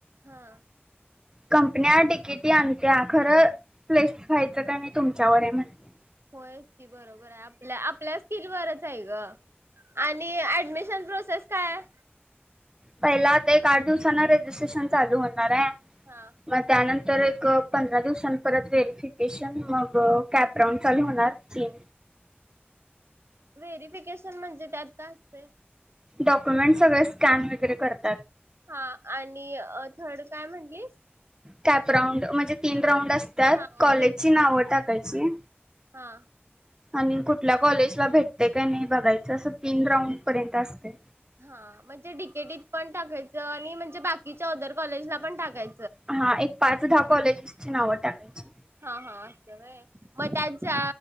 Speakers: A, on the right (about 90°); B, on the right (about 20°).
A: हां
B: कंपन्या डी के टी आणतीया खरं प्लेस व्हायचं काय नाही तुमच्यावर आहे म्हंटले
A: होयच की बरोबर आहे आपल्या आपल्याच स्कीलवरच आहे ग आणि ऍडमिशन प्रोसेस प्रोसेस काय
B: पहिला आता एक आठ दिवसांन रेजिस्ट्रेशन चालू होणार आहे.
A: हा
B: म त्यानंतर तर एक पंधरा दिवसांपत व्हेरिफिकेशन मग कॅपराऊंड चालू होणार तीन
A: व्हेरीफिकेशन म्हणजे त्यात काय असतय.
B: डॉक्युमेंट सगळे स्कॅन वगैेरे करणार.
A: हा आणि थर्ड काय म्हटलीस.
B: कॅपराऊंड म्हणजे तीन राउंड असत्यात
A: हा
B: कॉलेजची
A: ते
B: नावं टाक टाकायची
A: हा
B: आणि कुठल्या कॉलेजला भेटतय काय नाही बघायचं असं तीन राऊंड पर्यंत असतय.
A: हा म्हणजे डीकेटीत पण टाकायचं आणि म्हणजे बाकीच्या ऑदर कॉलेजला पण टाकाय
B: हा एक पाचदहा कॉलेजिसची नावं टाकायची
A: हा हा असं होय मग त्यात ज्या